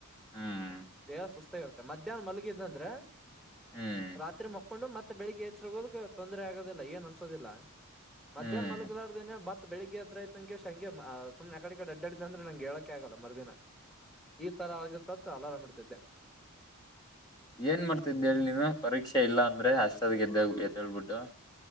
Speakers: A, on the left; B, in the centre.
A: ಹ್ಮ್
B: ದೇಹ ಸುಸ್ತಾಗಿರುತ್ತೆ ಮಧ್ಯಾಹ್ನ ಮಲಗಿದಂದ್ರೆ
A: ಹ್ಮ್
B: ರಾತ್ರಿ ಮಕ್ ೊಂಡು ಮತ್ತೆ ಬೆಳಿಗ್ಗೆ ಎಚ್ಚ ಹೋದ ತೊಂದರೆ ಆಗೋದಿಲ್ಲ ಏನ್ ಅನ್ಸೋದಿಲ್ಲ ಮಧ್ಯಾಹ್ನ
A: ಹ್ಮ್
B: ಮಲಗ ಮರ್ದಿನ ಮತ್ ಬೆಳಗ್ ಹತ್ರಯಐತ ಅಂೇಶ್ ಹಂಗೆ ಸು್ನೆ ಕಡೆ ಅಡ್ಡ ಅ್ರೆ ನಂಗೆ ಹೇಳಕೆ ಆಗಲ್ಲ ಮರ್ದಿನ. ಈ ತರ ಆಗಿರ್ತತ್ ಅಲರಾಮ್ ಇಡ್ತಿದ್ದೆ.
A: ಏನ್ ಮಾಡ್ತಿದ್ದೇಳಿ ನೀನು ಪರೀಕ್ಷೆ ಇಲ್ಲ ಅಂದ್ರೆ ದ ಗೆದ್ದ ಎದ ಹೇಳ್ಬಿಟ್ಟು.